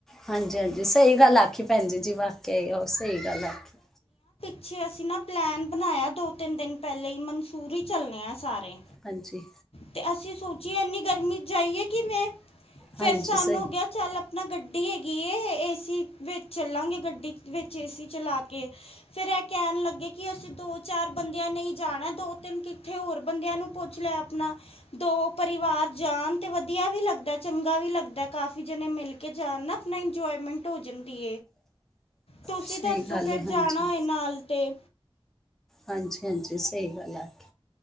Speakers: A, in the centre; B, on the left.
A: ਹਾਂਜੀ ਹਾਂਜੀ ਸਹੀ ਗੱਲ ਆਖੀ ਭੈਣ ਜ ਜੀ ਬ ਕ ਆ ਸਹੀ ਗੱਲ ਆਖੀ।
B: ਅੱਛੇ ਅਸੀਂ ਨਾ ਪਲੈਨ ਬਣਾਇਆ ਦੋ ਤਿੰਨ ਦਿਨ ਪਹਿਲੇ ਹੀ ਮਨਸੂੂਰ ਹੀ ਚੱਲਣੇ ਆ। ਸਾਰੇ
A: ਹਾਂਜੀ
B: ਤੇ ਅਸੀਂ ਸੋਚੀਨੀ। ਗਰਮੀ ਜਾਈਏ ਕਿਵੇੈਂ ਫਰ
A: ਹਾਂਜੀ
B: ਸਾਨ
A: ਸਹੀ
B: ਹੋ ਗਿਆ ਚੱਲ ਆਪਣਾ ਗੱਡੀ ਗੱਡੀ ਹੈਗੀ ਏਸੀ ਵਿੱਚ ਚੱਲਾਂਗੇ ਗੱਡੀ ਵਿੱਚ ਏਸੀ ਚਲਾ ਕੇ ਫੇਿਰ ਇਹ ਕਹਿਣ ਲੱਗੇ ਕਿ ਅਸੀਂ ਦੋ ਚਾਰ ਬੰਦਿਆਂ ਨਹੀਂ ਜਾਣਾ ਦੋ ਤਿੰਨ ਕਿੱਥੇ ਹੋਰ ਬੰਦਿਆਂ ਨੂੰ ਪੁੱਛ ਲਿਆ ਆਪਣਾ ਦੋ ਪਰਿਵਾਰ ਜਾਣ ਤੇ ਵਧੀਆ ਵੀ ਲੱਗਦਾ ਚੰਗਾ ਵੀ ਲੱਗਦਾ ਕਾਫੀ ਜਣੇ ਮਿਲ ਕੇ ਜਾਣ ਨਾ ਆਪਣਾ ਇੰਜੋਏਮੈਂਟ ਹੋ ਜਾਂਦੀ। ਤੁਸੀਂ
A: ਸਹੀ
B: ਦੱਸੋ
A: ਗੱਲ
B: ਫੇਰ
A: ਹੈ ਹਾਂਜੀ
B: ਜਾਣਾਏ ਨਾਲ ਤੇ
A: ਹਾਂਜੀ ਹਾਂਜੀ। ਸਹੀ ਵਜਾਠ।